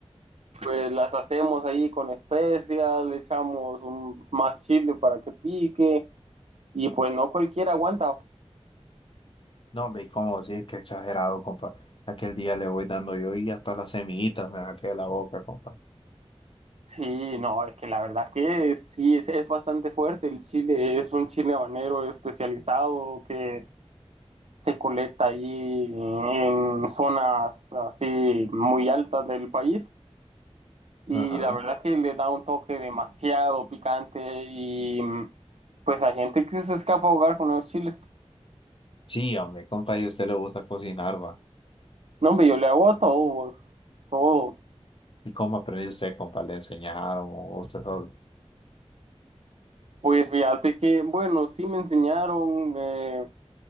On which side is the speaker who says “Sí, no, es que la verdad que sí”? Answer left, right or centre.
Right